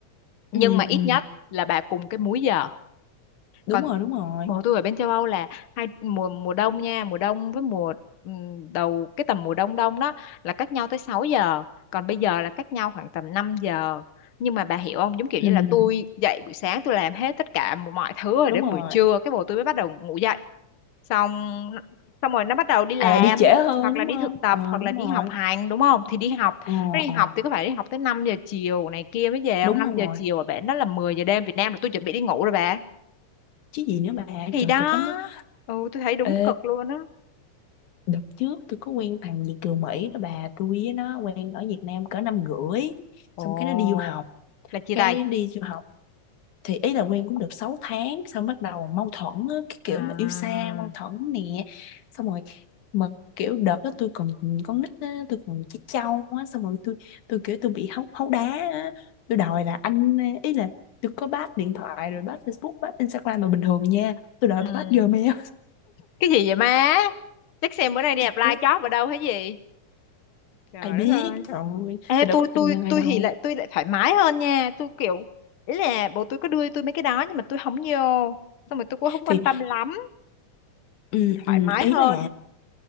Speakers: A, on the left (about 55°); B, on the left (about 80°).
A: nhưng
B: ừ,
A: mà ít
B: ừ,
A: nhất là bà cùng cái múi giờ
B: đúng
A: còn
B: rồi đúng rồi
A: mùa tôi ở bên châu Âu là hai mùa mùa đông nha mùa đông với mùa ừm, đầu cái tầm mùa đông đông đó là cách nhau tới sáu giờ còn bây giờ là cách nhau khoảng tầm năm giờ nhưng mà bà hiểu không giống kiểu
B: ừ,
A: như là tôi dậy buổi sáng tôi làm hết tất cả mọi thứ rồi
B: đúng
A: đến
B: rồi
A: buổi trưa cái bồ tôi mới bắt đầu ngủ dậy xong xong rồi nó bắt đầu đi làm
B: à là đi trễ hơn
A: hoặc
B: đúng
A: là đi
B: không
A: thực tập
B: ờ
A: hoặc
B: đúng
A: là đi
B: rồi
A: học hành đúng không thì đi học
B: ờ
A: nó đi
B: ờ
A: học thì có phải đi học tới 5 giờ chiều này kia mới về
B: đúng
A: không 5 giờ
B: rồi
A: chiều ở bển đó là 10 giờ đêm Việt Nam là tôi chuẩn bị đi ngủ rồi bà
B: chứ gì nữa bà
A: thì
B: trời
A: đó
B: cực lắm á
A: ừ tôi thấy đúng
B: ê
A: cực luôn á
B: đợt trước tôi có quen thằng Việt kiều Mỹ đó bà tôi với nó quen ở Việt Nam cỡ năm rưỡi
A: Ồ,
B: xong cái nó đi du học
A: là chia
B: cái
A: tay
B: đi du học thì ý là quen cũng được 6 tháng xong bắt đầu mâu thuẫn á, cái kiểu
A: à
B: mà yêu xa mâu thuẫn nè xong rồi mà kiểu đợt đó tôi còn con nít á, tôi còn trẻ trâu á xong rồi tôi tôi kiểu tôi bị hấu hấu đá á. tôi đòi là anh ý là tôi có bắt điện thoại rồi bắt Facebook bắt Instagram mà bình thường nha tôi đòi
A: ừ.
B: bắt Gmail <laughs>
A: cái gì vậy má chắc xem bữa nay đi apply
B: cái
A: job ở đâu hay gì trời
B: ai biết
A: đất ơi
B: trời ơi
A: ê
B: tôi đâu
A: tôi
B: có
A: tôi
B: tin ai
A: tôi
B: đâu
A: thì lại tôi lại thoải mái hơn nha tôi kiểu ý là bố tôi có đưa tôi mấy cái đó nhưng mà tôi không vô xong rồi tôi cũng không
B: thì
A: quan tâm lắm
B: ừ,
A: thoải
B: ừ,
A: Ừ. mái
B: ý
A: hơn
B: là